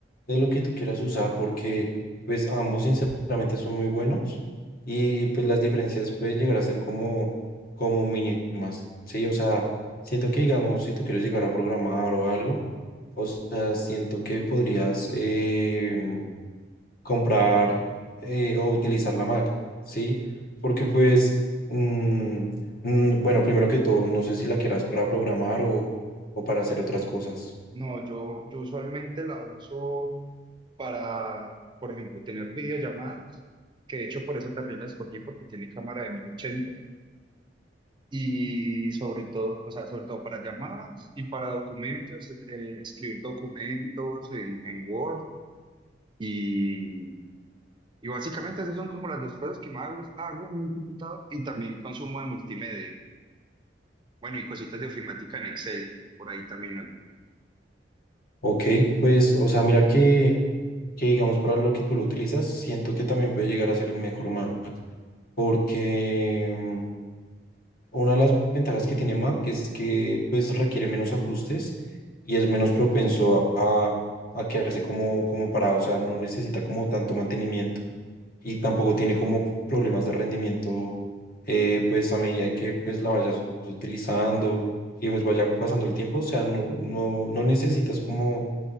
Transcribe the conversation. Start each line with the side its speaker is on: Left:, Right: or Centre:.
Left: de lo que tú quieras usar, porque pues ambos sinceramente son muy buenos y, y, pues las diferencias pueden llegar a ser como, como mínimas, ¿sí? O sea, siento que digamos, si tú quieres llegar a programar o algo, o sea, siento que podrías eh, comprar eh, o utilizar la Mac, ¿sí? Porque pues, mm, mm, bueno, primero que todo, no sé si la quieras para programar o, o para hacer otras cosas.
Right: No, yo, yo usualmente la uso para, por ejemplo, tener videollamadas, que de hecho por eso también la escogí porque tiene cámara de 1080. Y sobre todo, o sea, sobre todo para llamadas y para documentos, es- eh, escribir documentos en, en Word. Y, y básicamente esas son como las dos cosas que más hago, hago en mi computador y también consumo de multimedia. Bueno, y cositas de ofimática en Excel, por ahí también hago.
Left: Ok, pues, o sea, mira que, que digamos para lo que tú lo utilizas, siento que también puede llegar a ser mejor Mac, porque mm, una de las ventajas que tiene Mac es que pues requiere menos ajustes y es menos propenso a, a, a quedarse como, como parado, o sea, no necesita como tanto mantenimiento. y tampoco tiene como problemas de rendimiento, eh, pues a medida que pues la vayas utilizando y pues vaya pasando el tiempo, o sea, no, no, no necesitas como